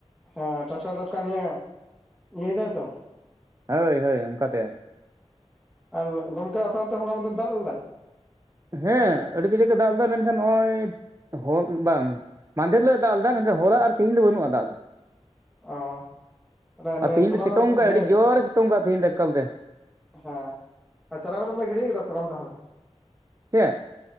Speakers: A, in the centre; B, on the right.
A: ᱦᱮᱸ ᱴᱟᱴᱠᱟ ᱴᱟᱴᱠᱟ ᱱᱤᱭᱮ ᱤᱭᱟᱹᱭ ᱫᱟᱭ ᱛᱚ᱾
B: ᱦᱳᱭ ᱦᱳᱭ ᱚᱝᱠᱟᱛᱮ
A: ᱟᱞ ᱜᱚᱢᱠᱮ ᱟᱯᱮ ᱚᱱᱛᱮ ᱦᱚᱞᱟ ᱢᱟᱸᱫᱷᱮᱨ ᱫᱟᱜ ᱞᱮᱫᱟᱭ?
B: ᱦᱮᱸ ᱟᱹᱰᱤ ᱠᱟᱡᱟᱜ ᱮ ᱫᱟᱜ ᱞᱮᱫᱟ, ᱢᱮᱱᱠᱷᱟᱱ ᱱᱚᱜᱼᱚᱭ ᱦᱚᱞ ᱵᱟᱝ᱾ ᱢᱟᱸᱫᱷᱮᱨ ᱦᱤᱞᱟᱹᱜ ᱮ ᱫᱟᱞ ᱮᱫᱟ, ᱢᱮᱱᱠᱷᱟᱱ ᱦᱚᱞᱟ ᱟᱨ ᱛᱮᱦᱮᱧ ᱫᱚ ᱵᱟᱹᱱᱩᱜᱼᱟ ᱫᱟᱜ ᱫᱚ᱾
A: ᱚ ᱛᱟᱦᱚᱞᱮ ᱱᱤᱭᱟᱹ
B: ᱟ ᱛᱮᱤᱦᱤᱧ
A: ᱛᱚᱞᱟ
B: ᱫᱚ ᱥᱤᱛᱩᱝᱜ
A: ᱠᱚ
B: ᱠᱟᱜᱼᱟᱭ
A: ᱤᱭᱟᱹ
B: ᱟᱹᱰᱤ ᱡᱳᱨᱮ ᱥᱤᱛᱩᱝ ᱠᱟᱜᱼᱟ ᱛᱮᱦᱤᱧ ᱫᱚ ᱮᱠᱟᱞ ᱛᱮ
A: ᱦᱮᱸ ᱟᱨ ᱪᱟᱨᱟ ᱠᱚᱫᱚ ᱯᱮ ᱜᱤᱰᱤ ᱠᱮᱫᱟ ᱥᱮ ᱵᱟᱝ ᱛᱟᱦᱚᱞᱮ?
B: ᱪᱮᱜ?